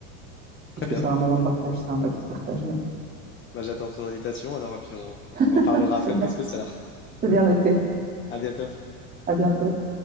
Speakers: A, on the right; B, on the left.
A: puisque
B: très bien.
A: c'est un moment de partage, c'est un plat qui se partage, ouais.
B: Bah, j'attends ton invitation alors et puis on, on en
A: <laughs>
B: reparlera après
A: C'est
B: le
A: bien,
B: couscous alors.
A: c'est bien noté.
B: À bientôt.
A: À bientôt.